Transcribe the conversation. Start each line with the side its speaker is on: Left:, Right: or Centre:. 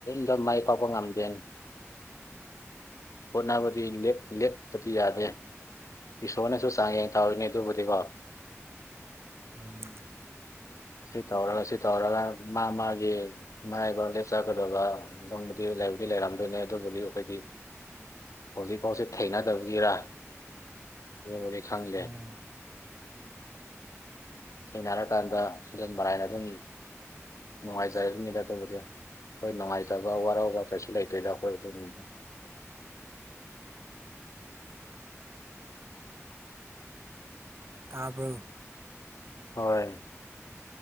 Left: ꯐ ꯃꯥꯏ ꯄꯥꯛꯄ ꯉꯝꯗꯦꯅꯤ ꯑꯣꯅꯥꯕꯗꯤ ꯂꯦꯞ ꯊꯤ ꯌꯥꯗꯦ ꯏꯁꯣꯔꯅꯁꯨ ꯆꯥꯡꯉꯦ ꯀꯥꯎꯏꯅꯦ ꯑꯗꯨꯕꯨꯗꯤꯀꯣ
Right: ꯎꯝ
Left: ꯁꯤ ꯇꯧꯔꯒ ꯁꯤ ꯇꯧꯔꯒ ꯃꯥ ꯃꯥꯒꯤ ꯃꯥꯏꯕ ꯂꯦꯞꯆꯀꯗꯕ ꯑꯗꯨꯗꯤ ꯍꯥꯏꯕꯨꯗꯤ ꯂꯩꯔꯝꯗꯣꯏꯅꯦ ꯑꯗꯨꯕꯨꯗꯤ ꯑꯩꯈꯣꯏꯗꯤ ꯍꯧꯖꯤꯛꯐꯥꯎꯁꯤ ꯊꯦꯡꯅꯗꯕꯒꯤꯔ ꯍ ꯈꯉꯒ
Right: ꯎꯝ
Left: ꯁꯦꯡꯩꯅ ꯍꯥꯏꯔꯀꯥꯟꯗ ꯑꯩꯗꯣꯟ ꯃꯔꯥꯏꯅꯗꯨꯅꯤ ꯅꯨꯡꯉꯥꯏꯖ ꯃꯤꯗꯥꯗ ꯍꯣꯏ ꯅꯨꯡꯉꯥꯏꯇꯕ ꯋꯥꯔꯧꯕ ꯀꯩꯁꯨ ꯂꯩꯇꯣꯏꯗ ꯑꯩꯈꯣꯏ ꯑꯗꯨ <unintelligible>
Right: ꯇꯥꯕ꯭ꯔꯣ
Left: ꯍꯣꯏ